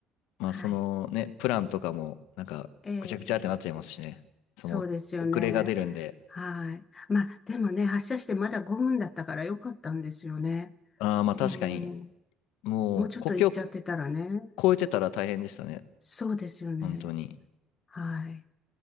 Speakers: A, on the left; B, on the left.
A: まあ、
B: はい。
A: そのね、プランとかも、なんか、
B: ええ、
A: ぐちゃぐちゃってなっちゃいますしね。
B: そうですよね。
A: その、遅れが出るんで。
B: はい。まあ、でもね、発車してまだ5分だったからよかったんですよね。
A: ああ、まあ確かに、
B: もう、
A: もう、
B: もうちょっと行っちゃってたらね。
A: 故郷超えてたら大変でしたね。
B: そうですよね。
A: 本当に。
B: はい。